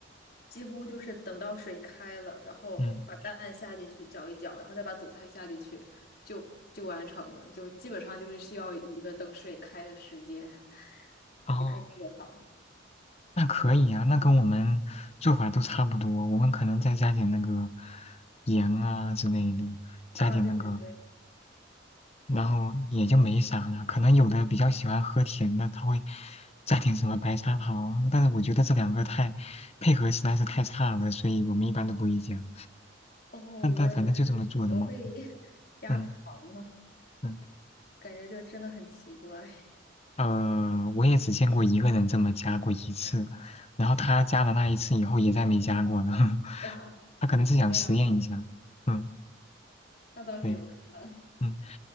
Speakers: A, on the left; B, on the left.
A: 几乎就是等到水开了，然后把蛋下进去搅一搅，
B: 嗯，
A: 然后再把紫菜下进去，就就完成了。就基本上就是需要一个等水开的时间 <laughs>
B: 哦。
A: 就可以做好。
B: 那可以啊，那跟我们做法都差不多，我们可能再加点那个盐啊之类的，加点那个，
A: 啊，对对对，
B: 然后也就没啥了。可能有的比较喜欢喝甜的，他会加点什么白砂糖，但是我觉得这两个太配合实在是太差了，所以我们一般都不会加。
A: 哦，
B: 但但反正就这么做的嘛，
A: 我也觉得这怎么会 <laughs> 加糖呢？
B: 嗯嗯，
A: 感觉就真的很奇怪。<laughs>
B: 呃，我也只见过一个人这么加过一次，然后他加了那一次以后也再没加过了，<laughs>
A: 然后
B: 他可能是想实验一下，
A: 这样子，
B: 嗯。
A: 那倒是有。
B: 对，
A: 可能
B: 嗯，